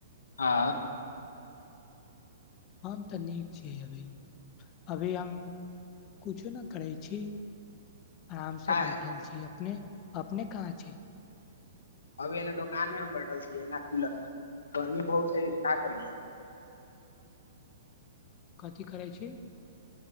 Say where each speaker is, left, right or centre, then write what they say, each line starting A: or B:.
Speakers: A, on the left; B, on the left.
A: आ
B: हम तऽ नीक छीियै अभी अभी हम किछो नहि करै छी आराम
A: काहे
B: से बैठल छी अपने अपने कहाँ छै
A: अभी एन्ने दोकानमे हम बैठल छियै एना कूलर लग गर्मी बहुत हइ का करैै
B: कथी करै छै